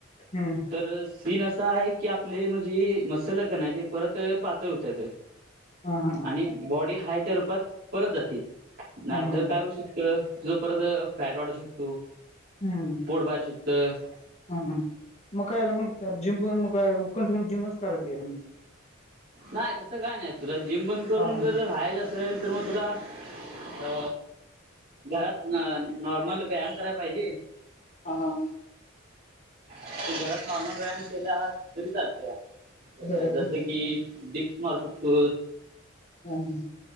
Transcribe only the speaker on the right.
तर सीन असा आहे की, आपले म्हणजे मसलकणाय परत पातळ होत्यात.
आणि बॉडी हाय त्या रूपात परत जाते नाही
तर काय होऊ शक तर तुझं परत‌ अ फॅट वाढू शकतो.
पोट बाहेर शिकत
नाही तसं काय नाही. तुला जिम बंद करून
जर हायच असल तर मग, तुला अ घरात नॉर्मल व्यायाम करायला पाहिजे.
तू घरात नॉर्मल व्यायाम केला. तरी चालत या
जस की डिप्स मारू शकतो.